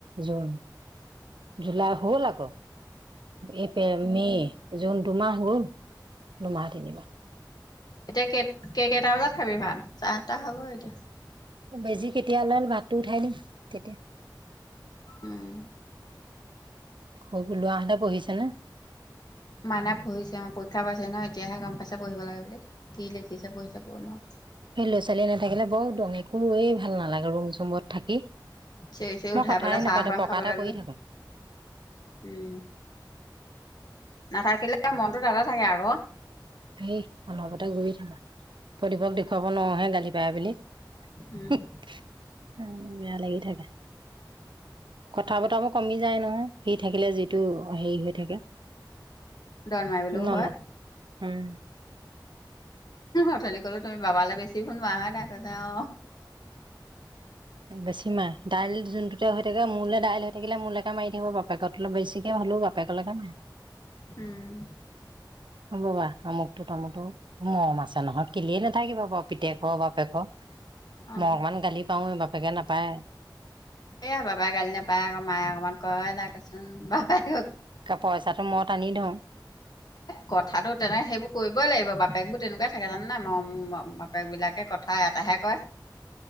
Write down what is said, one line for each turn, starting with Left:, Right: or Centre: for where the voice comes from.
Right: জুন জুলাই হল আক এপে মে জোনটো মাহ হল দুমাহ তিনিমাহ
Left: এতিয়া ক কেই কেইটা বজাত খাবি ভাত চাই সাতটা হব এতিয়া
Right: বেজি কেতিয়া ল ভাতটো উঠাই দিম তেতিয়া
Left: উম
Right: স লোৱাহতে পঢ়িছে নে
Left: মানে পঢ়িছে আমাৰ পৰীক্ষা পাইছে ন এতিয়াহে গম পাইছে পঢ়িব লাগে বুলি কি লিখিছে পঢ়িছে ক'ব নোৱাৰো
Right: সেই ল'ৰা ছোৱালী নাথাকিলে বৰু উদং একোৱেই ভাল নালাগে ৰুম চুমত থাকি
Left: চিঞৱি চিঞৰি
Right: মই
Left: উঠাই
Right: কথাই
Left: পেলাই চাহ
Right: নাপাতো
Left: অঅন
Right: পকাতে
Left: খাব দিলো
Right: পৰি থাকো
Left: উম নাথাকিলে মনটো দ থাকে আক
Right: সেই অনৱতে গৈয়ে থাকা প্ৰদীপক দেখুৱাব নোৱাৰোহে গালি পাই বুলি
Left: উম।
Right: উ বেয়া লাগি থাকা কথা বতাবোৰ কমি যায় নহয় সি থাকিলে যিটো হেৰি হৈ থাকে
Left: দল মাৰিবলৈও
Right: নল
Left: হয়
Right: উম
Left: অথনি কলো তুমি বাবালৈ বেছি ফ বাহা থাক যা অ
Right: বেছি মাহ দাইল যোনটোতে হৈ থাকে মোলে দাইল হৈ থাকিলে মোলৈকে মাৰি থাকিব বাপেকত অলপ বেছিকে হ'লেও বাপেকলৈকে মাৰে
Left: উম
Right: হ'ব বা তমুকটো তামুকটো মৰম আছে নহয় কিলিয়ে নাথাকিবা বাৰু পিতেকৰ বাপেক মই
Left: অ
Right: অকমান গালি পাও নি বাপ বাপেকে নাপায়
Left: এইয়া বাবাই গালি নোপায় আকৌ মায়ে অকমান কয় থাকে ক কচোন বাবাই ক
Right: পইচাঁটো মই টানি ধওঁ
Left: কথাটো তেনেকে সেইবোৰ কৰিবই লাগিব বাপেক বোৰ তেনেকুৱাই থাকে জান নাই ম বাপেক বিলাকে কথা এটাহে কয়